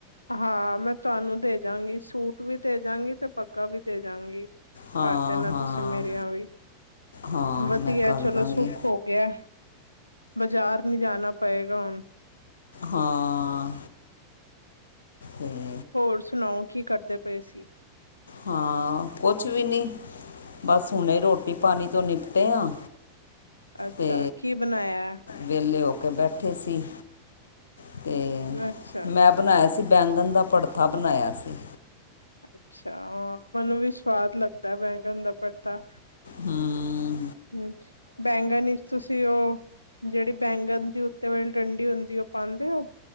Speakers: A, on the left (about 80°); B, on the left (about 70°).
A: ਹਾਂ ਮੈਂ ਤੁਹਾਨੂੰ ਦੇਜਾਂਗੀ, ਸੂਟ ਵੀ ਦੇਜਗੀ, ਤੇ ਪੱਕਾ ਵੀ ਦੇਜਾਂਗੀ।
B: ਹਾਂ
A: ਕਰਦੇ ਨਾ,
B: ਹਾਂ
A: ਤੁਸੀਂ ਮੇਰੇ ਆਂ ਵੀ।
B: ਹਾਂ
A: ਵਧੀਆ,
B: ਮੈਂ ਕਰ
A: ਚਲੋ
B: ਦਾਂਗੀ
A: ਸੁੱਖ ਹੋ ਗਿਆ, ਬਾਜ਼ਾਰ ਨੀ ਜਾਣਾ ਪਏਗਾ ਹੁਣ।
B: ਹਾਂ। ਹੂਂ।
A: ਹੋਰ ਸੁਣਾਓ, ਕੀ ਕਰਦੇ ਪਏ ਸੀ?
B: ਹਾਂ, ਕੁਛ ਵੀ ਨਹੀਂ। ਬਸ, ਹੁਣੇ ਰੋਟੀ ਪਾਣੀ ਤੋਂ ਨਿਪਟ ਹਾਂ।
A: ਅੱਛਾ
B: ਤੇ,
A: ਕੀ ਬਣਾਇਆ
B: ਵਿਹਲੇ ਹੋ ਕੇ ਬੈਠੇ ਸੀ। ਅਤੇ,
A: ਅੱਛਾ
B: ਮੈਂ ਬਣਾਇਆ ਸੀ, ਬੈਂਗਣ ਦਾ ਪੜਥਾ ਬਣਾਇਆ ਸੀ।
A: ਅੱਛਾ ਹਾਂ, ਮੈਨੂੰ ਵੀ ਸਵਾਦ ਲੱਗਦਾ, ਬੈਂਗਣ ਦਾ ਪੜਥਾ।
B: ਹਮ।
A: ਹਮ, ਬੈਂਗਨ ਤੁਸੀਂ ਉਹ ਜਿਹੜੀ ਬੈਂਗਣ ਦੀ ਉੱਤੇ ਵਾਲੀ ਡੰਡੀ ਹੁੰਦੀ, ਉਹ ਪਾਉਂਦੇ ਹੋ।